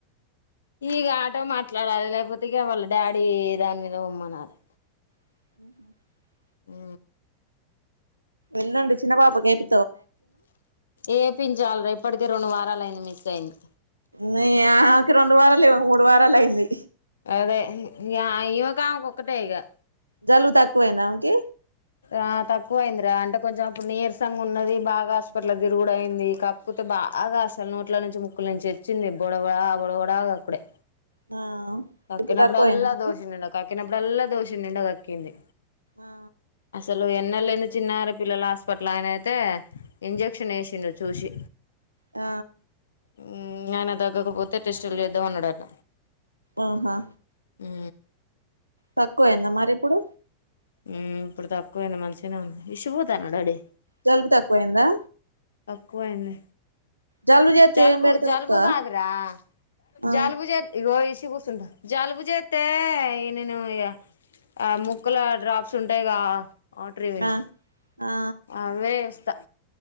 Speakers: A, on the left (about 65°); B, on the right (about 85°).
A: ఇగ ఆటో మాట్లాడాలి. లేకపోతే ఇగా వాళ్ళ డాడీ దాని మీద పొమ్మనాలే
B: <inaudible>
A: హ్
B: ఎల్లుండి. చిన్న పాప కైతే
A: ఏపిండి చాలు రే ఇప్పటి తే రెండు వారాలు అయింది. మిస్ అయింది.
B: నీ ఆమేకి రెండు వారాలు ఇమేకి మూడు వారాలు అయింది.
A: అదే ఇగా ఈమెకు ఆమెకు ఒక్కటే ఇగా
B: జలుబు తాక్కువ అయిందా ఆమెకి
A: ఆ తక్కువ అయిందిరా అంటే కొంచెం అప్పుడు నీరసంగా ఉన్నది. బాగా హాస్పిటల్ కు తిరుగుడు అయింది. కక్కుతే బాగా అసలు నోట్ల నుంచి ముకుల నుంచి వచ్చింది. బొడబడా ఆ బొడవడా కక్కుడే
B: ఆ
A: కక్కినప్పుడల్లా
B: ఇప్పుడు తక్కువయిందా ఆమెకి
A: దోషిడు నిండ కక్కినప్పు ప్పుడల్లా దోషిడు నిండా కక్కింది.
B: ఆ
A: అసలు వాళ్ళు ఎన్నళ్ళు అయినా చిన్నరీ పిల్లలు హాస్పిట్ల ఆయన అయితే ఇంజెక్షన్ ఏసిండు చూసి
B: ఆ
A: హ్ ఏమన్నా తగ్గకపోతే టెస్టులు చేద్దాం. అన్నడట
B: ఆహా
A: హ్
B: తక్కువ అయిందా మరి ఇప్పుడు
A: హ్ ఇప్పుడు తక్కువైంది. మంచిగానే ఉంది. ఇష్ పోతాన్నావ డాడీ
B: జలుబు తక్కువయిందా
A: తక్కువైంది.
B: జలుబు చేస్తే
A: చల్బు
B: ఏం పెడతావ్
A: జల్బుగద్రా
B: అక్క ఆ
A: జల్బుజయి చ కూస్తుంటా జలుబు చేస్తే నేను ఆ ముక్కల డ్రాప్స్ ఉంటాయిగా ట్రవిన్
B: ఆ ఆ
A: అవే త